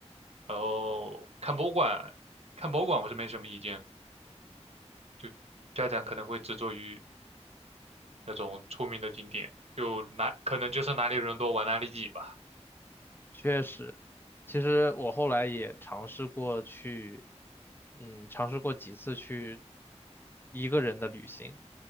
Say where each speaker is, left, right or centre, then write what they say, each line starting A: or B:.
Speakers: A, on the right; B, on the left.
A: 然后看博物馆。看博物馆我是没什么意见的就家长可能会执着于那种出名的景点，就哪可能就是哪里人多玩哪里挤吧。
B: 确实，其实我后来也尝试过去，嗯，尝试过几次去一个人的旅行。